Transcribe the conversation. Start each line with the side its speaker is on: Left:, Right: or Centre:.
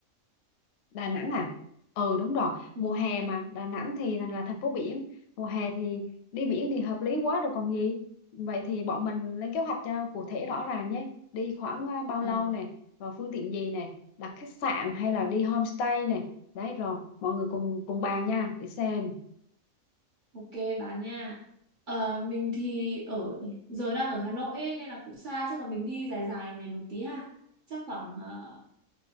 Left: Đà Nẵng à Ừ đúng rồi
Right: Ừ.
Left: Mùa hè mà Đà Nẵng thì thành là thành phố biển Mùa hè thì đi biển thì hợp lý quá rồi còn gì Vậy thì bọn mình lên kế hoạch cho cụ thể rõ ràng nhé Đi khoảng ờ, bao
Right: Ờ,
Left: lâu nè rồi phương tiện gì nè Đặt khách sạn hay là đi homestay nè Đấy rồi mọi người cùng cùng bàn nha Để xem
Right: ok bạn nha. Ờ, mình thì ở giờ đang ở Hà Nội ấy, nên là cũng xa chắc là mình đi dài dài ngày một tí ha. Chắc khoảng uh,